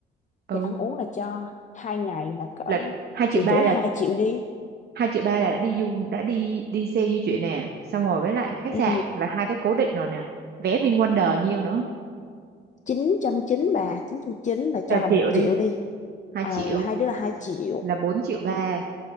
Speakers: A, on the right; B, on the left.
A: ừ
B: tiền ăn uống là cho hai ngày là cỡ
A: là hai triệu
B: triệu
A: ba
B: rưỡi
A: là
B: hai triệu đi
A: hai triệu ba là đã đi du đã đi đi xe di chuyển nè xong rồi với lại khách
B: ừ.
A: sạn là hai cái cố định rồi nè vé VinWonder nhiêu nữa
B: chín trăm chín bà chín trăm chín là
A: chờ
B: cho là
A: triệu
B: một triệu
A: đi
B: đi
A: hai
B: ờ
A: triệu
B: là hai đứa là hai triệu
A: là bốn triệu ba